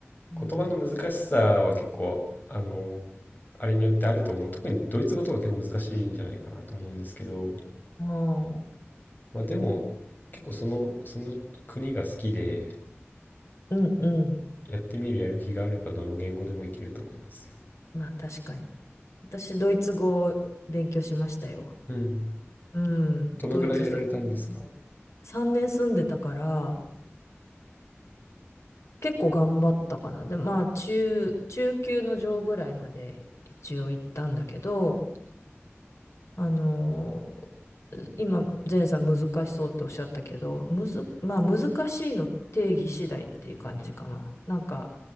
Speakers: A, on the left; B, on the left.
A: うん、
B: 言葉の難しさは結構、あの、あれによってあると思う。特にドイツ語とか結構難しいんじゃないかなと思うんですけど、
A: ああ、
B: まあでも、結構その、その国が好きで、
A: うんうん。
B: やってみるやる気があればどの言語でもいけると思いますよ。
A: まあ確かに。私、ドイツ語を勉強しましたよ。
B: うん。
A: うん、
B: どのぐらいやられたんですかう
A: ドイツさん3年住んでたから、結構頑張ったかな。で、まあ、中、中級の上ぐらいまで一応行ったんだけど、あのー今、ゼンさん難しそうっておっしゃったけど、むず、まあ、難しいの定義次第っていう感じかな。なんか、